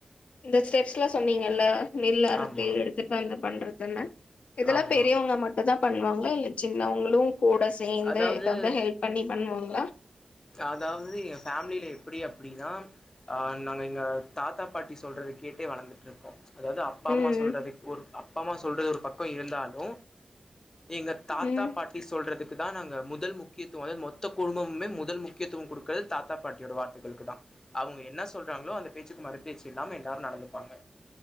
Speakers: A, on the left; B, on the left.
A: இந்த ஸ்டெப்ஸ்லா சொன்னீங்கல்ல நெல் அறுத்து
B: ஆமா
A: எடுத்துட்டு வந்து பண்றது இதென்ன இதெல்லா
B: ஆமா
A: பெரியவங்க மட்டுந்தா பண்ணுவாங்களா இல்ல சின்னவங்களு கூட சேந்து
B: அதாவது
A: ஏதாவது ஹெல்ப் பண்ணி பண்ணுவாங்க ஆ
B: அதாவது எங்க ஃபேமிலியில எப்டி அப்டினா ஆ நாங்க எங்க தாத்தா பாட்டி சொல்றத கேட்டே வளந்துட்ருக்கோம் அதாவது அப்பா அம்மா
A: ம்
B: சொல்றதுக் ஒரு அ அப்பா அம்மா சொல்றது ஒரு பக்கம் இருந்தாலு எங்க தாத்தா
A: ம்
B: பாட்டி சொல்றதுக் துக்குதா நாங்க முதல் முக்கியத்துவமே அதாவ்து மொத்த குடும்பமே முத் முதல் முக்கியத்துவம் குடுக்கறது தாத்தா பாட்டியோட வார்த்தைகளுக்குதா அவுங்க என்ன சொல்றாங்களோ அந்த பேச்சுக்கு மறு பேச்சு இல்லாம எல்லாரு நடந்துப்பாங்க